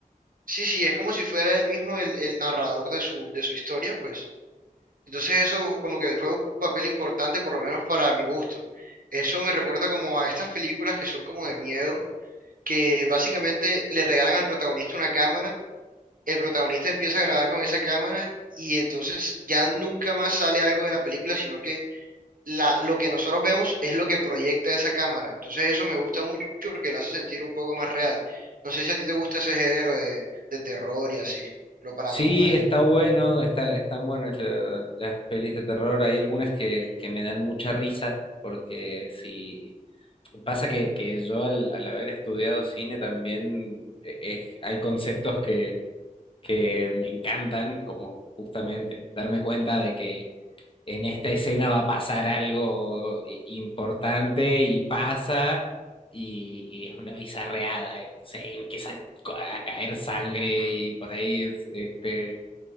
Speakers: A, on the right; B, on the left.
A: Sí, sí, es como si fuera él mismo el, el narrador de su, de su historia, pues. Entonces eso como que fue un papel importante, por lo menos para mi gusto. Eso me recuerda como a estas películas que son como de miedo, que básicamente le regalan al protagonista una cámara, el protagonista empieza a grabar con esa cámara y entonces ya nunca más sale algo de la película, sino que la, lo que nosotros vemos es lo que proyecta esa cámara. Entonces eso me gusta mucho porque la hace sentir un poco más real. No sé si a ti te gusta ese género de, de terror y así, lo paranormal.
B: Sí, está bueno, está, están buenas la- las pelis de terror. Hay algunas que, que me dan mucha risa, porque si pasa que, que yo al, al haber estudiado cine también eh, es- hay conceptos que, que me encantan, como justamente darme cuenta de que en esta escena va a pasar algo eh, importante y pasa y, y es una bizarreada, y, no sé, y empieza a, a caer sangre y por ahí es- este,